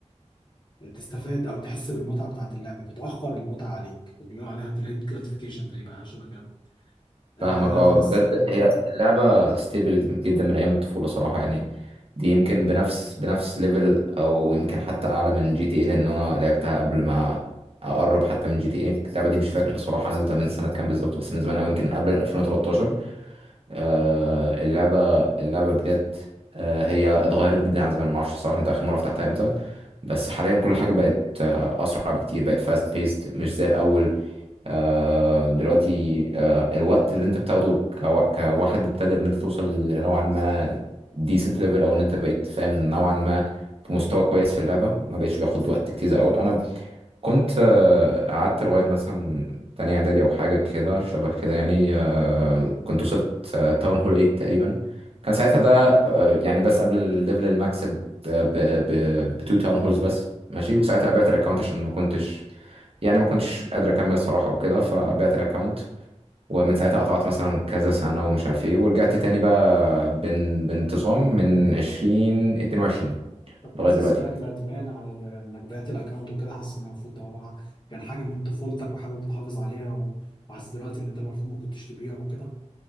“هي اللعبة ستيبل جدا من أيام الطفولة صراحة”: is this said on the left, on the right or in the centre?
Right